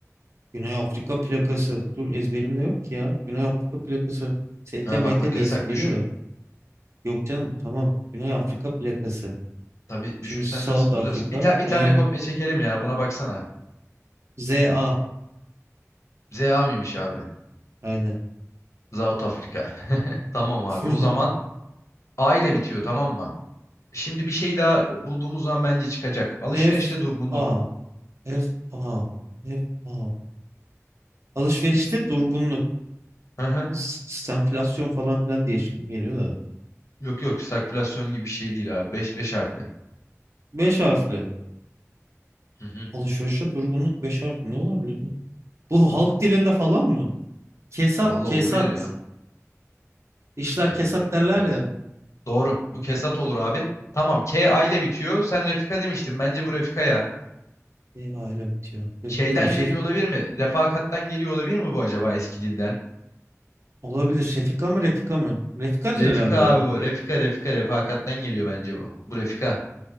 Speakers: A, on the right (about 60°); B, on the left (about 65°).
A: Güney Afrika plakası. Dur ezberimde yok ki ya. Güney Afrika plakası. STMT
B: Ha bakmak
A: diye
B: yasak
A: isim geliyor
B: düşün.
A: da. Yok canım tamam. Güney Afrika plakası.
B: Tabii
A: Şimdi
B: düşünsen
A: South
B: nasıl
A: Africa.
B: bulacağız? Bir tane bir
A: Yani
B: tane kopya çekelim ya buna baksana.
A: ZA.
B: ZA mıymış abi?
A: Aynen.
B: South Afrika. <laughs> Tamam abi
A: <laughs>
B: o zaman A ile bitiyor tamam mı? Şimdi bir şey daha bulduğumuz zaman bence çıkacak. Alışverişte
A: F
B: durgunluk.
A: A. F A. F A. Alışverişte durgunluk.
B: Hı hı.
A: S- Stenflasyon falan filan diye isim geliyor da.
B: Yok yok stagflasyon gibi bir şey değil abi. Beş 5 harfli.
A: Beş harfli.
B: Hı hı.
A: Alışverişte durgunluk beş harfli ne olabilir? Bu halk dilinde falan mı? Kesat,
B: Valla
A: kesat.
B: olabilir ya.
A: İşler
B: K.
A: kesat derler
B: Evet.
A: ya.
B: Doğru. Bu Kesat olur abi. Tamam. K A ile bitiyor. Sen Refika demiştin. Bence bu Refika ya.
A: E, aile bitiyor. Refika,
B: Şeyden
A: şef
B: geliyor olabilir mi? Refakattan geliyor olabilir mi bu acaba eski dilden?
A: olabilir. Şefika mı, Refika mı? Refika'dır
B: Refika
A: herhalde ya.
B: abi bu. Refika, Refika, refakattan geliyor bence bu. Bu Refika.